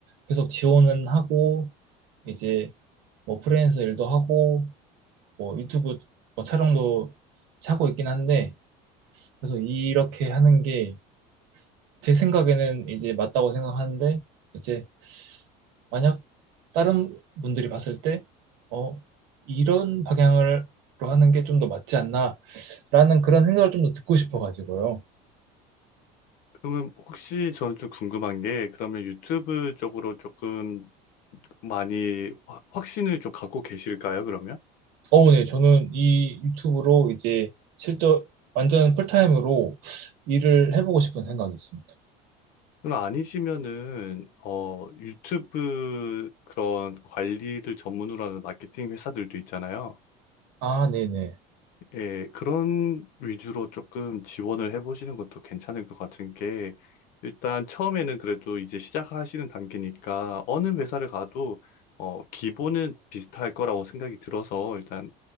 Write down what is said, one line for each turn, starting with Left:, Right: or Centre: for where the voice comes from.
Right: 계속 지원은 하고, 이제 뭐 프리랜서 일도 하고, 뭐 유튜브 뭐 촬영도 하고 있긴 한데, 그래서 이렇게 하는 게 제 생각에는 이제 맞다고 생각하는데, 이제 만약 다른 분들이 봤을 때, 어, 이런 방향으로 하는 게 좀 더 맞지 않나? 라는 그런 생각을 좀 더 듣고 싶어가지고요.
Left: 그러면 혹시 저는 좀 궁금한 게 그러면 유튜브 쪽으로 조금 많이 확- 확신을 좀 갖고 계실까요, 그러면?
Right: 어, 네, 저는 이 유튜브로 이제 실제 완전 풀타임으로 일을 해보고 싶은 생각이 있습니다.
Left: 그럼 아니시면은 어 유튜브 그런 관리를 전문으로 하는 마케팅 회사들도 있잖아요.
Right: 아, 네네.
Left: 예, 그런 위주로 조금 지원을 해보시는 것도 괜찮을 것 같은 게, 일단 처음에는 그래도 이제 시작하시는 단계니까 어느 회사를 가도 어, 기본은 비슷할 거라고 생각이 들어서 일단